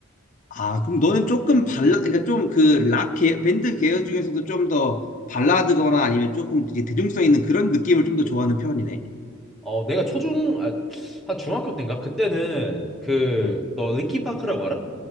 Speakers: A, on the left; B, in the centre.
A: 아, 그럼 너는 조금 발라, 그러니까 좀 그 락 밴드 계열 중에서도 좀 더 발라드거나 아니면 조금 이제 대중성 있는 그런 느낌을 좀 더 좋아하는 편이네.
B: 어, 내가 초중, 아, 한 중학교 때인가? 그때는 그,
A: 음.
B: 너 linkin파크라고 알아?